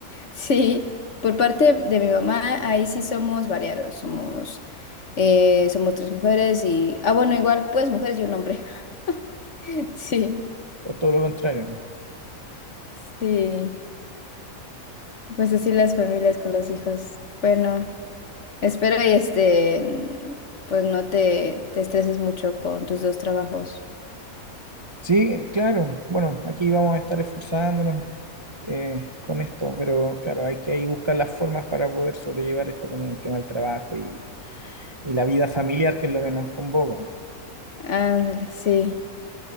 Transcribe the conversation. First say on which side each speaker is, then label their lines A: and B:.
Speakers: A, on the left; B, on the right.
A: Sí, por parte de mi mamá, ahí sí somos variados, somos, eh, somos tres mujeres y, ah, bueno, igual, pues mujeres y un hombre. <laughs> Sí,
B: Es todo lo contrario.
A: sí, y pues así las familias con los hijos. Bueno, espero y este, pues no te, te estreses mucho con tus dos trabajos.
B: Sí, claro. Bueno, aquí vamos a estar esforzándonos eh, con esto, pero claro, hay que ahí buscar las formas para poder sobrellevar esto con el tema del trabajo y, y la vida familiar, que es lo que nos convoca.
A: Ándale, sí.